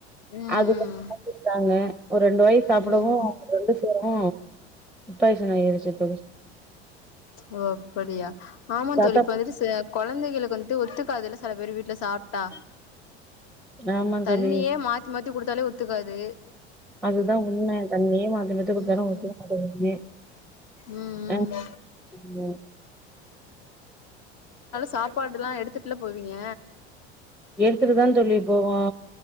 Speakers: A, on the left (about 50°); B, in the centre.
A: ம் ம்
B: ஆகுபக்காங்க ஒரு ரெண்டு வாயி சாப்புடவு
A: ம் ம்
B: <inaudible> ஓ பாயாசோன் நெனைக்கிற செக் பண்ணு
A: ஓ அப்புடியா ஆமாந்
B: தாத்தா
A: தோழி இப்ப வந்துட்டு செ கொழந்தைகளுக்கு வந் த்து ஒத்துக்காதுல்ல சில பேரு வீட்ல சாப்டா
B: ஆமா
A: தண்ணியே
B: தோழி
A: மாத்தி மாத்தி தி குடுத்தாலே ஒத்துக்காது
B: அதுதா உண்ம தண்ணியே மா மாத்தி மாத்தி குடுத்தாலு
A: ம்
B: ஒத்துக்காது
A: ம் ம்
B: <inaudible>
A: சாப்பாடு எல்லா எடுத்துட்டுல்ல போவீங்க
B: ஏ எடுத்துட்டுதாந் தோழி போவோ